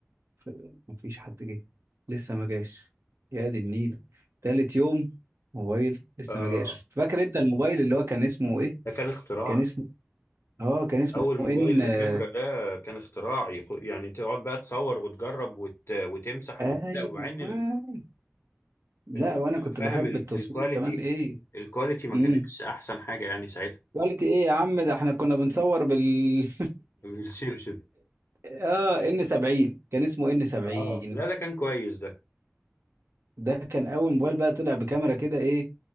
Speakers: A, on the right; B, on the left.
A: ف- مفيش حد جه لسه ما جاش يا دي النيلة تالت يوم موبايل لسه
B: آه،
A: ما جاش فاكر انت الموبايل اللي هو كان اسمه ايه
B: ده كان اختراع
A: كان اسمه اه كان اسمه
B: اول موبايل
A: ان آه،
B: بكاميرا ده كان اختراعي خ- يعني تقعد بقى تصور وتجرب وت... وتمسح
A: ايوه
B: وت... لا وبعدين ال...
A: آه. لا
B: ال-
A: وانا كنت
B: فاهم
A: بحب
B: ال...
A: التصوير
B: الكواليتي
A: كمان ايه
B: الكواليتي ما
A: امم
B: كانتش احسن حاجه يعني ساعتها
A: كواليتي ايه يا عم ده احنا كنا بنصور بال <laughs>
B: <laughs> بالشبشب
A: اه ان 70 كان اسمه ان 70
B: اه لا ده كان كويس ده
A: ده كان اول موبايل بقى طلع بكاميرا كده ايه